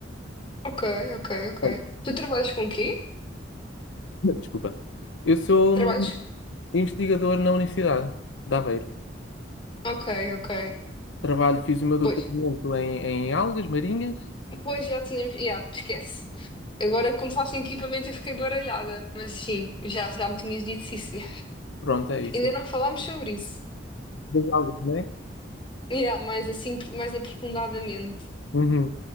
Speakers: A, on the left; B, on the left.
A: ok, ok, ok.
B: Oh,
A: Tu trabalhas com o quê?
B: <laughs> Desculpa. Eu sou
A: Trabalhas...
B: hum, investigador na Universidade de Aveiro.
A: Ok, ok.
B: Trabalho, fiz o meu doutoramento
A: Pois,
B: em, em algas marinhas.
A: pois já tínhamos... Já, esquece. Agora, como faço equipamento, eu fiquei baralhada, mas sim, já, já me tinhas dito sim, senhor.
B: Pronto, é isso.
A: Ainda não falámos sobre isso.
B: Das algas, não é?
A: Yeah, mais assim, mais aprofundadamente.
B: Uhum.